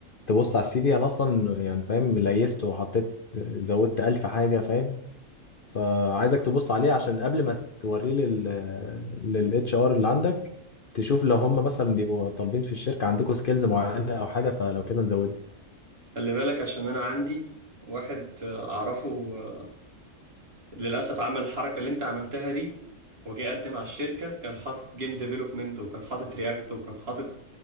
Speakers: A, on the left; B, on the right.
A: تبص على السي في انا اصلا يعني فاهم ليست وحطيت زودت ألف حاجه فاهم فعايزك تبص عليه عشان قبل ما توريه لل للاتش ار اللي عندك تشوف لو هم مثلا بيبقوا طالبين في الشركه عندكم سكيلز معينه او حاجه فلو كده نزودها
B: خلي بالك عشان انا عندي واحد آه، اعرفه آه، للاسف عمل الحركه اللي انت عملتها دي وجي يقدم على الشركه كان حاطط جيم ديفلوبمنت وكان حاطط رياكت وكان حاطط